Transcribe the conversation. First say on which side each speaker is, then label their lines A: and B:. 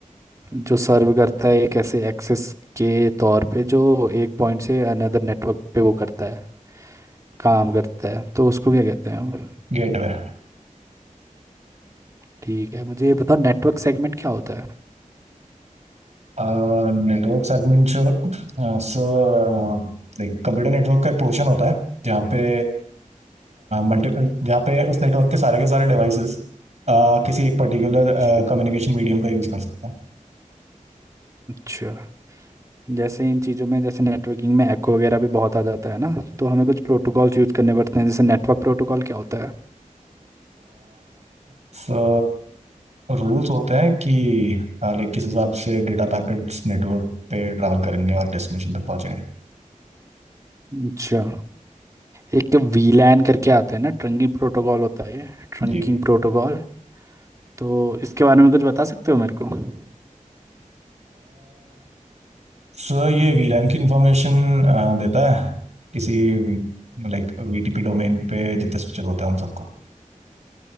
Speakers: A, on the right; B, on the right.
A: जो सर्व करता है एक ऐसे एक्सेस के तौर पे जो एक पॉइंट से अनदर नेटवर्क पे वो करता है काम करता है तो उसको क्या कहते हैं हम
B: Gateway
A: ठीक है मुझे ये बताओ नेटवर्क सेगमेंट क्या होता है
B: Network segment जो सर कंप्यूटर नेटवर्क का एक पोर्शन होता है जहाँ पे मल्टी जहाँ पे उस नेटवर्क के सारे के सारे डिवाइसेस किसी एक पर्टिकुलर
A: अच्छा
B: कम्युनिकेशन मीडियम का यूज़ कर सकते हैं
A: अच्छा जैसे इन चीज़ों में जैसे नेटवर्किंग में एको वगैरह भी बहुत आ जाता है ना तो हमें कुछ प्रोटोकॉल्स यूज़ करने पड़ते हैं जैसे नेटवर्क प्रोटोकॉल क्या होता है
B: सो रूल्स होते हैं कि लाइक किस हिसाब से डेटा पैकेट्स नेटवर्क पे ट्रैवल करेंगे और डेस्टिनेशन तक पहुंचेंगे
A: अच्छा एक वीलैन करके आता है ना ट्रंकिंग प्रोटोकॉल होता है ये ट्रंकिंग
B: जी
A: प्रोटोकॉल तो इसके बारे में कुछ बता सकते हो मेरे को हम्म,
B: सर ये वीलैन की इंफॉर्मेशन देता है किसी लाइक वीटीपी डोमेन पे जितने स्विचर होते हैं उन सबको